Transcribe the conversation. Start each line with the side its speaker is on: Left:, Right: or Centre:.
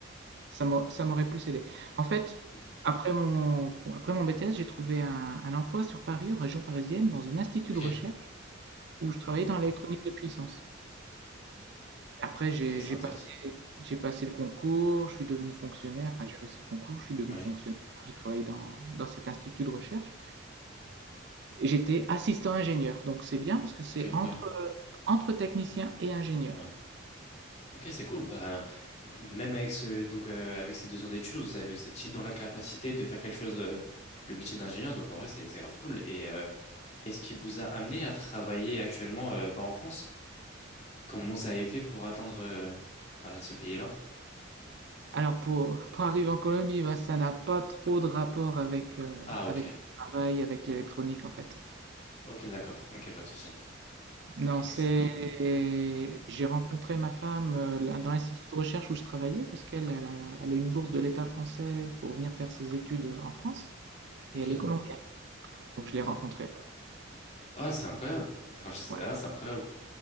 Right: ça m'a ça m'aurait plus aidé. En fait,
Left: Mm.
Right: après mon après mon BTS, j'ai trouvé un un emploi sur Paris, en région parisienne, dans une institut
Left: Ok,
Right: de recherche où je travaillais
Left: incroyable.
Right: dans l'électronique de puissance.
Left: Mm.
Right: Après, j'ai
Left: Ok, c'est
Right: j'ai
Left: intéressant.
Right: passé, j'ai passé le concours, je suis devenu fonctionnaire,
Left: Mm.
Right: enfin j'ai réussi le concours, je suis devenu
Left: Oui,
Right: fonctionnaire, j'ai travaillé dans, dans cet institut de recherche et j'étais assistant ingénieur. Donc c'est bien parce que c'est
Left: ok, incroyable.
Right: entre, entre technicien et ingénieur.
Left: Ouais. Ok, c'est cool. Bah, même avec ce, donc, euh, avec ces deux ans d'études, vous avez- vous étiez dans la capacité de faire quelque chose, euh, le métier d'ingénieur, donc en vrai, c'est c'est grave cool. Et euh, qu'est-ce qui vous a amené à travailler actuellement, euh, pas en France? Comment vous avez fait pour atteindre euh, bah, ce pays-là?
Right: Alors pour, pour arriver en Colombie, bah, ça n'a pas trop de rapport avec, euh,
Left: Ah, ok.
Right: avec le travail, avec l'électronique en fait.
Left: Ok, d'accord. Ok, pas de souci.
Right: Non,
Left: Ok,
Right: c'est.
Left: ça marche.
Right: J'ai rencontré ma femme euh, là,
Left: Hmm.
Right: dans l'institut de recherche où je travaillais parce qu'elle elle a, elle a une bourse de l'État français pour venir faire ses études en France.
Left: Ok,
Right: Et elle est
Left: d'accord.
Right: colombienne, donc je l'ai
Left: Oh,
Right: rencontrée
Left: incroyable.
Right: là.
Left: Ah, c'est incroyable. Enfin, je sais,
Right: Ouais.
Left: ah, c'est incroyable.